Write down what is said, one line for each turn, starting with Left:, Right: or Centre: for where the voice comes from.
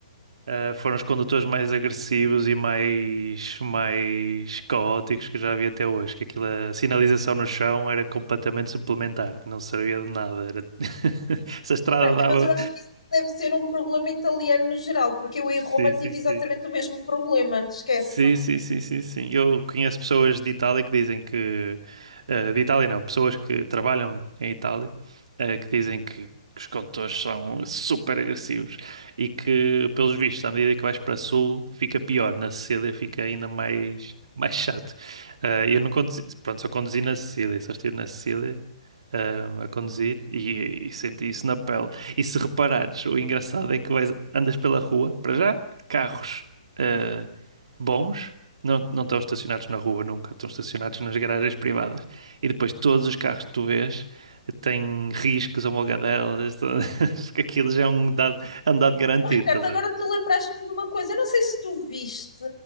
Right: Uh, foram os condutores mais agressivos e mais, mais caóticos que eu já vi até hoje. Que aquilo, a sinalização no chão era completamente suplementar, não servia de nada. Era... <laughs> Essa estrada
Left: Pá,
Right: dava.
Left: Mas eu acho que isso deve ser um problema italiano no geral, porque eu
Right: Sim,
Left: em Roma tive
Right: sim, sim.
Left: exatamente o mesmo problema, esquece.
Right: Sim, sim, sim, sim, sim. Eu conheço pessoas de Itália que dizem que, eh, de Itália não, pessoas que trabalham em Itália, eh, que dizem que os condutores são super agressivos e que, pelos vistos, à medida que vais para sul, fica pior. Na Sicília fica ainda mais, <laughs> mais chato. Eh, eu não conduzi, pronto, só conduzi na Sicília, só estive na Sicília. eh, a conduzir e, e senti isso na pele. E se reparares, o engraçado é que vais, andas pela rua, para já, carros eh, bons, não, não estão estacionados na rua nunca, estão estacionados nas garagens privadas. E depois todos os carros que tu vês têm riscos, amolgadelas, tudo- <laughs> porque aquilo já é um dado, é um dado garantido,
Left: Oh, Ricardo,
Right: estás
Left: agora
Right: a ver?
Left: tu lembraste-me de uma coisa. Eu não sei se tu viste.